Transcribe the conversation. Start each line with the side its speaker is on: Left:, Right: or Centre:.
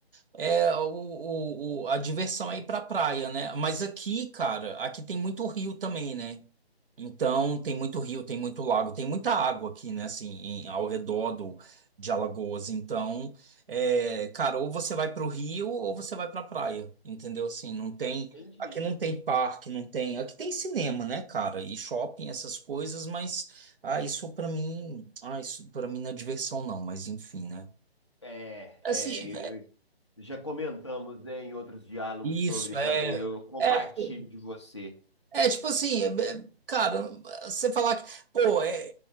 Right: É, o, o, o- a diversão é ir pra praia, né? Mas aqui, cara, aqui tem muito rio também, né? Então, tem muito rio, tem muito lago, tem muita água aqui, né? Assim, em- ao redor do, de Alagoas. Então, é, cara, ou você vai pro rio ou você vai pra praia, entendeu? Assim, não tem.
Left: Entendi.
Right: Aqui não tem parque, não tem. Aqui tem cinema, né, cara? E shopping, essas coisas, mas. Ah, isso pra mim. Ah, isso pra mim não é diversão, não, mas enfim, né?
Left: É,
Right: Assim,
Left: é, eu, Já comentamos, né, em outros diálogos
Right: Isso,
Left: sobre
Right: é.
Left: também, eu compartilho
Right: É, pô,
Left: de você.
Right: é tipo assim, é- é- cara, você falar que, pô, é,